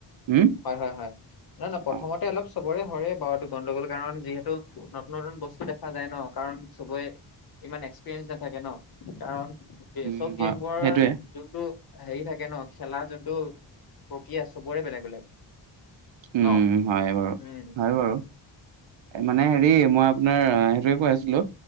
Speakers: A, on the right (about 75°); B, on the left (about 50°).
A: হম
B: হয় হয় হয়, নহয় নহয় প্ৰথমতে
A: অ
B: অলপ চবৰে হৰে বাও এইটো গণ্ডগোল কাৰণ যিহেতু নতুন নতুন বস্তু দেখা যায় ন, কাৰণ চবয়ে ইমান এক্সপিৰিয়েঞ্চ নাথাকে ন, কাৰণ
A: উম
B: চব
A: হয়
B: গেমৰ
A: সেইটোৱে
B: যোনটো হেৰি থাকে ন খেলা যোনটো প্ৰক্ৰিয়া চবৰে বেলেগ বেলেগ।
A: উম
B: ন
A: হয় বাৰু
B: উম
A: হয় বাৰু। মানে হেৰি মই আপোনাৰ সেইটোৱে কৈ আছিলো।